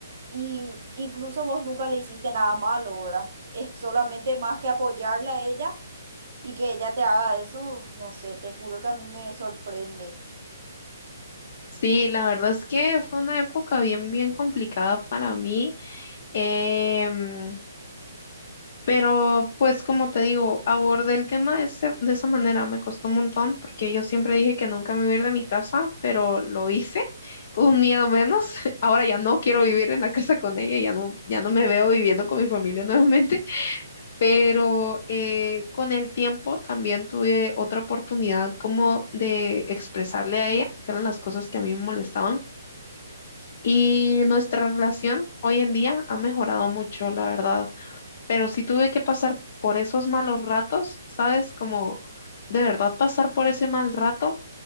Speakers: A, on the right; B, on the left.
A: y incluso vos nunca le hiciste nada malo, ¿verdad? Es solamente más que apoyarle a ella y que ella te haga eso, no sé, te juro que a mí me sorprende.
B: Sí, la verdad es que fue una época bien, bien complicada para mí, em, pero pues como te digo, abordé el tema de, ese- de esa manera, me costó un montón porque yo siempre dije que nunca me iba a ir de mi casa, pero lo hice, <laughs> un miedo menos, <laughs> ahora ya no quiero vivir en la casa con ella, ya no, ya no me veo viviendo con mi familia <laughs> nuevamente, pero eh, con el tiempo también tuve otra oportunidad como de expresarle a ella que eran las cosas que a mí me molestaban. Y nuestra relación hoy en día ha mejorado mucho, la verdad. Pero sí tuve que pasar por esos malos ratos, ¿sabes? Como de verdad pasar por ese mal rato